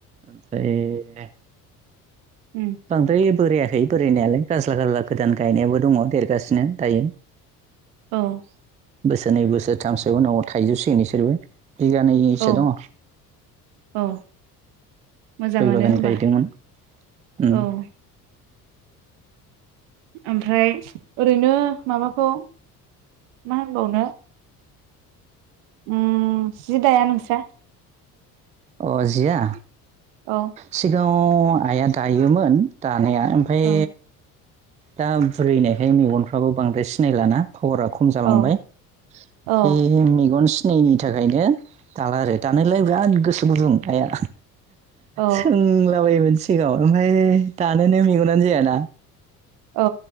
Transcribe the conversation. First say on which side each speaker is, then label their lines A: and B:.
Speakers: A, on the right (about 15°); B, on the right (about 55°).
A: आमफ्राय
B: उम
A: बांद्राय बोरायाखै बोरायनायालाय गाज्ला गाज्ला गोदान गायनायावाबो दङ देर गासिनो दायो
B: औ
A: बोसोरनै बोसोरथामसो उन'आव थाइजोब सिगोन इसोरबो बिगानैसो
B: औ
A: दङ।
B: औ मोजाङानो
A: गय बागान
B: होमबा
A: गायदोंमोन। उम
B: औ ओमफ्राय ओरैनो माबाखौ मा होनबावनो उम जि दाया नोंस्रा?
A: अ जिया
B: औ
A: सिगाङाव आइया दायोमोन दा दानाया ओमफ्राय
B: औ
A: दा बुरिनायखाय मेगनफ्राबो बांद्राय सिनायलाना पावारा खम जालांबाय
B: औ
A: ।
B: औ
A: बे मेगन सि नायैनि थाखायनो दाला आरो दानायोलाय बिराद गोसो गुदुं आया
B: औ
A: सोंलाबायोमोन सिगाङाव ओमफफ्राय दानोनो मेगनानो जायाना
B: औ